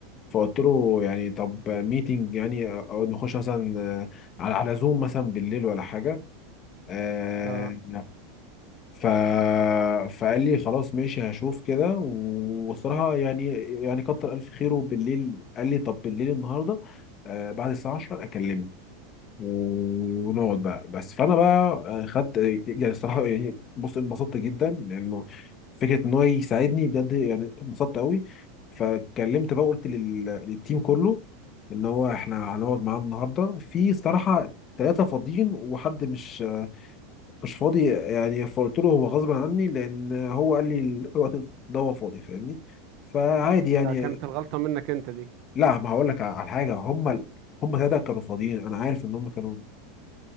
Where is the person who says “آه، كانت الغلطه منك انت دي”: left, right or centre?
Right